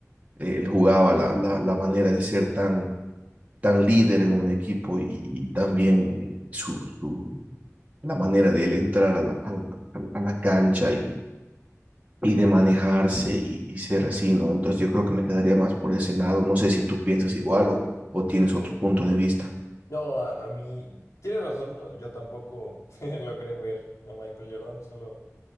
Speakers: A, on the right (about 25°); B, on the left (about 75°).
A: eh, él jugaba, la, la, la manera de ser tan, tan líder en un equipo y, y también eh, su, su, la manera de él entrar a la, a la, a la- a la cancha y, y de manejarse y, y ser así, ¿no? Entonces yo creo que me quedaría más por ese lado. No sé si tú piensas igual o, o tienes otro punto de vista.
B: No, a, a mí, tienes razón, no, yo tampoco <laughs> logré ver a Michael Jordan, solo,